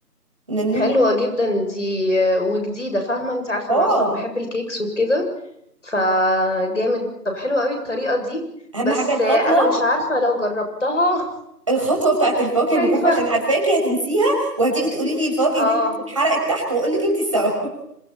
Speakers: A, on the right; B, on the left.
A: للنون
B: حلوة
A: الع-
B: جدا دي وجديدة فاهمة انت عارفة
A: اه
B: انا اصلا بحب الكيكس وكده فجامد طب حلوة قوي الطريقة دي
A: اهم
B: بس
A: حاجه الخطوه
B: انا مش عارفة لو جربتها <laughs>
A: الخطوه بتاعت الفواكه
B: خايفة
A: المجففه عشان عارفاكي هتنسيها وهتيجي تقولي لي الفواكه اللي
B: اه
A: نزلت اتحرقت تحت واقول لك انت السبب